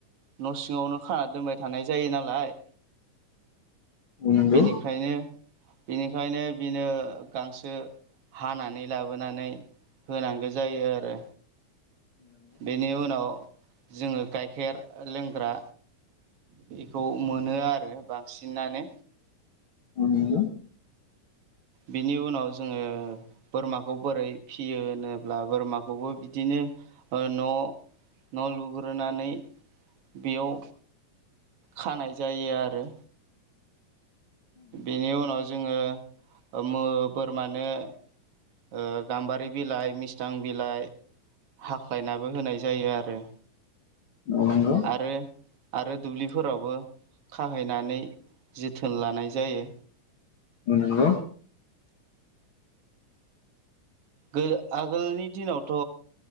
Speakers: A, on the right; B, on the left.
A: न' सिङावनो खाना दोनबाय थानाय जायो नालाय
B: औ नंगौ
A: बिनिखायनो बिनिखायनो बिनो गांसो हानानै लाबोनानै होनांगौ जायो आरो बेनि उनाव जोङो गाइखेर लोंग्रा बेखौ मोनो आरो बांसिनानो
B: नंगौ
A: बिनि उनाव जोङो बोरमाखौ बोरै फियो होनोब्ला बोरमाखौबो बिदिनो न' न' लुग्रोनानै बेयाव खानाय जायो आरो बेनि उनाव जोङो बोरमानो ओ गाम्बारि बिलाइ मिस्थां बिलाइ हाख्लायनाबो होनाय जायो आरो
B: औ नंगौ
A: आरो आरो दुब्लिफोरावबो खाहैनानै जोथोन लानाय जायो
B: औ नंगौ
A: गो आगोलनि दिनावथ'